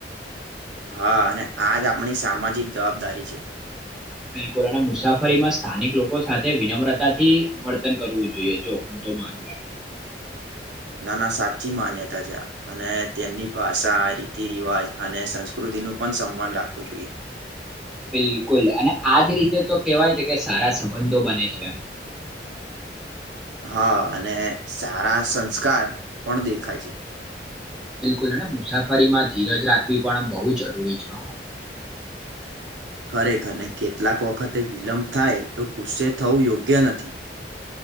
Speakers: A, on the right (about 80°); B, in the centre.
A: હા અને આજ આપણી સામાજિક જવાબદારી છે.
B: બિલકુલ અને મુસાફરીમાં સ્થાનિક લોકો સાથે વિનમ્રતાથી વર્તન કરવું જોઈએ જો તો માનું
A: નાના સાચી માન્યતા છે અને તેમની ભાષા રીતિ રિવાજ અને સંસ્કૃતિ નું પણ સન્માન રાખવું જોઈએ.
B: બિલકુલ અને આજ રીતે તો કેહેવાય છે કે સારા સંબંધો બને છે.
A: હા અને સારા સંસ્કાર પણ દેખાય છે.
B: બિલકુલ અને મુસાફરીમાં ધીરજ રાખવી પણ બહુ જરૂરી છે હો.
A: ખરેખરને કેટલાક વખતે વિલંબ થાય તો ગુસ્સે થવું યોગ્ય નથી.